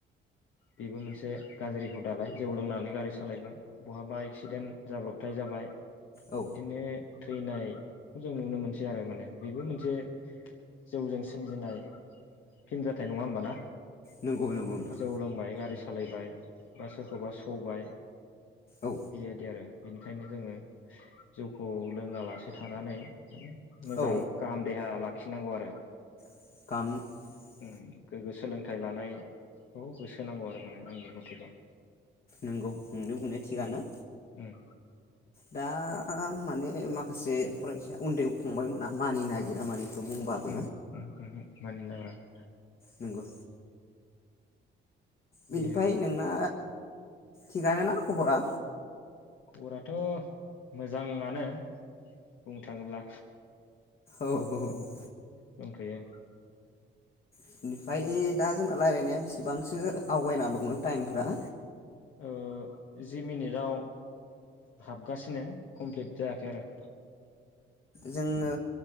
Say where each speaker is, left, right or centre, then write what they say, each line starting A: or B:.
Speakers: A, on the left; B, on the left.
A: बेबो मोनसे गाज्रि हुदालाय जौ लोंनानै गारि सालायबाय बहाबा एक्सिडेन्ट जाब्रबथाय जाबाय
B: औ
A: बिदिनो थैनायखौ जों नुनो मोनसै आरो माने बेबो मोनसे जौजों सोमजिनाय फिन जाथाय नङा होमबाना
B: नंगौ नंगौ नोंथां
A: जौ लोंबाय गारि सालायबाय बा सोरखौबा सौबाय
B: औ
A: बेबायदि आरो बिनिखायनो जोङो जौखौ लोङालासे थानानै मोजां
B: औ
A: गाहाम देहा ला गिनांगौ आरो
B: <unintelligible>
A: ओम गोग्गो सोलोंथाइ लानायखौ गोसो होनांगौ आरो माने आंनि मथेबा
B: नोंगौ नोंनि बुंनाय थिगानो
A: उम उम
B: दा माने माखासे फरायसाया उन्दै फंबायमोना मानि नागिरा माने बेखौ बुंबाबो
A: उम उमहो मानिनो नागेरा <inaudible>
B: नंगौ
A: बे
B: बिनिफ्राय
A: आरो
B: नोंना थिगानोना खबरा
A: खबराथ' मोजाङानो बुंनो थाङोब्ला
B: औ औ
A: दंथ'यो
B: बिनिफ्राय दा जोंना रायज्लायनाया बेसेबांसो आवगायना दङ टाइमफोरा
A: ओ जि मिनिटाव हाबगासिनो कमप्लिट जायाखै आरो
B: जोङो